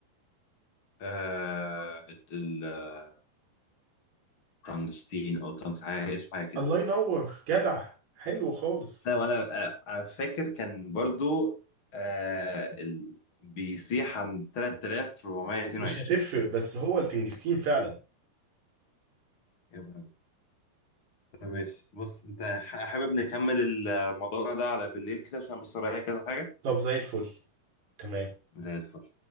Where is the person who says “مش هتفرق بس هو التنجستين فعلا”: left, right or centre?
Right